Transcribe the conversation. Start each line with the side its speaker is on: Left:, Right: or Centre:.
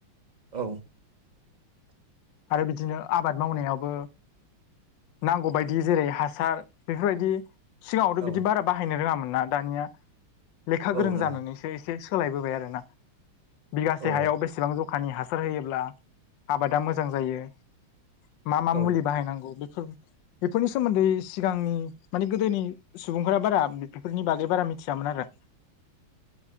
Right: औ
Left: आरो बिदिनो आबाद मावनायाबो नांगौबायदि जेरै हासार बेफोरबायदि सिगांआवथ'
Right: औ
Left: बिदि बारा बाहायनो रोंआमोन ना दानिआ लेखा
Right: औ
Left: गोरों
Right: नंगौ
Left: जानानैसो एसे एसे सोलायबोबाय आरोना बिगासे
Right: औ
Left: हायाव बेसेबां बेसेबां ज'खानि हासार होयोब्ला आबादा मोजां जायो मा मा
Right: औ
Left: मुलि बाहायनांगौ बेफोर बेफोरनि सोमोन्दै सिगांनि माने गोदोनि सुबुंफोरा बारा बेफोरनि बागै बारा मिथिआमोन आरो
Right: <inaudible>